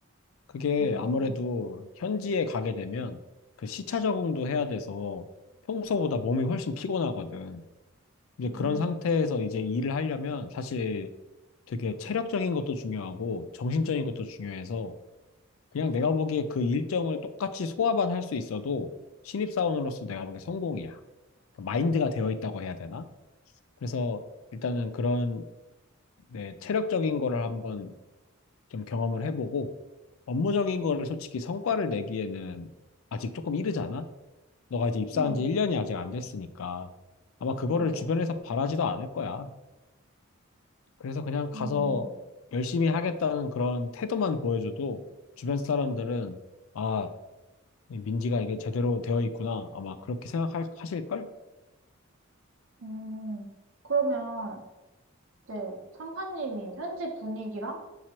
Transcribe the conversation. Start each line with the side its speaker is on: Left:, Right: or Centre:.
Left: 그게
Right: 음,
Left: 아무래도 현지에 가게 되면 그 시차 적응도 해야 돼서 평소보다 몸이 훨씬 피곤하거든. 이제
Right: 음,
Left: 그런 상태에서 이제 일을 하려면 사실 되게 체력적인 것도 중요하고 정신적인 것도 중요해서 그냥 내가 보기에 그 일정을 똑같이 소화만 할 수 있어도 신입사원으로서 내가 보기에 성공이야. 그 마인드가 되어 있다고 해야 되나? 그래서 일단은 그런 네, 체력적인 거를 한번 좀 경험을 해보고 업무적인 거를 솔직히 성과를 내기에는 아직 조금 이르잖아? 너가 이제 입사한
Right: 음,
Left: 지 1년이 아직 안 됐으니까 아마 그거를
Right: 맞아.
Left: 주변에서 바라지도 않을 거야. 그래서 그냥 가서
Right: 음,
Left: 열심히 하겠다는 그런 태도만 보여줘도 주변 사람들은 아, 민지가 이게 제대로 되어 있구나. 아마 그렇게 생각하실걸?
Right: 음, 음, 그러면 이제 상사님이 현지 분위기랑